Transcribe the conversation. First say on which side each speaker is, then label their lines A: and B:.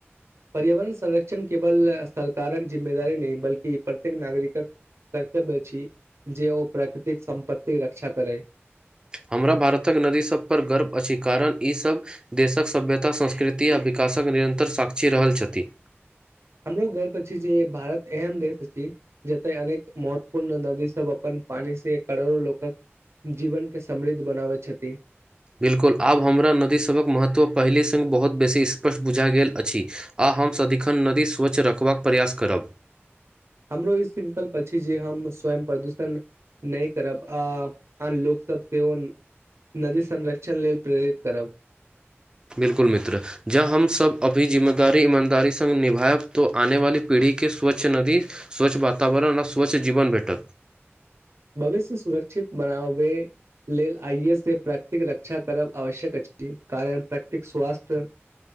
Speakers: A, on the right; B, on the right.
A: पर्यावरण संरक्षण केवल सरकारक जिम्मेदारी नहि बल्कि प्रत्येक नागरिकक कर्तव्य छी जे ओ प्राकृतिक सम्पत्तिक के रक्षा करै
B: हमरा भारतक नदीसभपर गर्व अछि कारण ईसभ देशक सभ्यता संस्कृति आ विकासक निरन्तर साक्षी रहल छथि
A: हमरो गर्व अछि जे भारत एहन‌ देश छै जते अनेक महत्वपूर्ण नदी सब अपन पानी से करोड़ो लोकक जीवन के समृद्ध बनाबै छथि
B: बिल्कुल आब हमरा नदीसभक महत्व पहिले स‌ बहुत बेसी स्पष्ट बुझा गेल अछि आ हम सदिखन नदी स्वच्छ रखबाक प्रयास करब
A: हमरो ई संकल्प प जे हम स्वयं प्रदूषण नहि करब आ आन लोक सब सेहो नदी संरक्षण क्षण लेल प्रेरित करब।
B: बिल्कुल मित्र जँ हम सब अभी जिम्मेदारी ईमानदारी सँ निभायब तो आने वाली पीढ़ी के स्वच्छ नदी स्वच्छ वातावरण आ स्वच्छ जीबन भेटत
A: भविष्य सुरक्षित बनाबे लेल आइयेसे प्रकृतिक रक्षा करब आवश्यक अछि कारण प्रकृतिक स्वास्थ्य